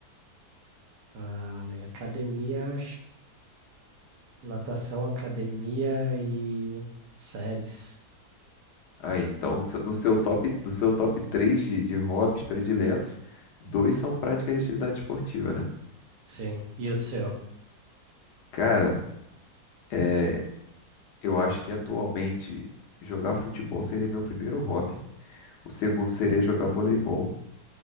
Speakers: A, on the right; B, on the left.
A: ah, academia, Natação, academia e séries.
B: Aí, então, se- no seu top, do seu top 3 de, de hobbies prediletos, dois são práticas de atividade esportiva, né?
A: Sim. E o seu?
B: Cara, é, eu acho que atualmente jogar futebol seria meu primeiro hobby. O segundo seria jogar voleibol,